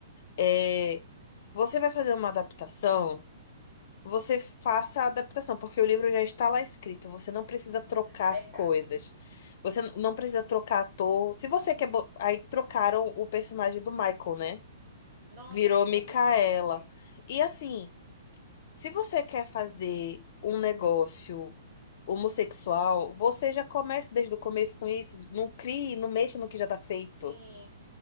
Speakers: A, on the left; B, on the right.
A: é, você vai fazer uma adaptação, você faça a adaptação, porque o livro já está lá escrito, você não precisa trocar
B: Verdade.
A: as coisas. Você n- não precisa trocar ator. Se você quer. bo- Aí trocaram o personagem do Michael, né?
B: Nossa,
A: Virou
B: aquilo
A: Micaela.
B: foi bem frustrante.
A: E assim. Se você quer fazer um negócio homossexual, você já comece desde o começo com isso. Não crie, não mexa no que já tá feito.
B: Sim,